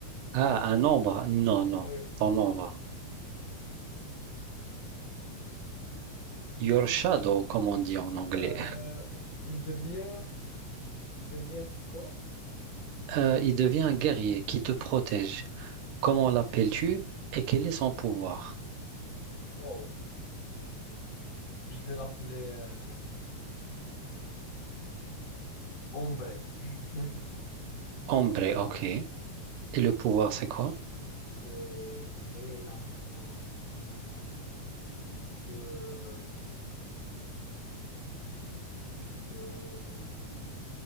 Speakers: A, on the right; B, on the left.
A: Ah, un ombre? Non, non,
B: Oui.
A: ton ombre. Your shadow, comme on dit en anglais.
B: Euh, il devient, il, il devient quoi?
A: Euh, il devient un guerrier qui
B: Ok.
A: te protège. Comment l'appelles-tu et quel est son pouvoir?
B: Wow. Je vais l'appeler euh, Ombre. <laughs>
A: Ombre, ok. Et le pouvoir, c'est quoi?
B: Le, c'est un gars il gaillard pour, euh, il peut, il peut